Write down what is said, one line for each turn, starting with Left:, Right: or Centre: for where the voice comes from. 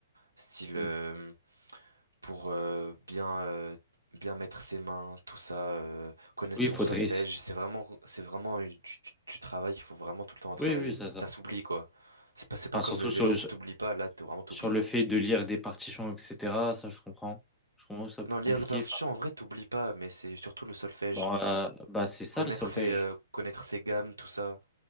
Right: Style
Centre: mm.
Right: euh, pour euh, bien euh, bien mettre ses mains, tout ça, euh, connaître
Centre: Oui, il
Right: son
Centre: faudrait
Right: solfège.
Centre: essayer.
Right: C'est vraiment c'est vraiment euh, du, du- du travail. Il faut vraiment tout le temps à
Centre: Oui,
Right: travailler.
Centre: oui, ça, ça.
Right: Ça s'oublie quoi. C'est pas c'est pas
Centre: Enfin,
Right: comme
Centre: surtout
Right: le vélo
Centre: sur le,
Right: que t'oublies pas. Là, t'es vraiment t'oublies.
Centre: sur le fait de lire des partitions, etc. Ça, je comprends. Je comprends que ça soit plus
Right: Non, lire
Centre: compliqué.
Right: les partitions
Centre: Enfin, c'est-
Right: en vrai t'oublies pas, mais c'est surtout le solfège,
Centre: bon, euh, bah, c'est ça
Right: connaître
Centre: le solfège.
Right: ses euh, connaître ses gammes, tout ça,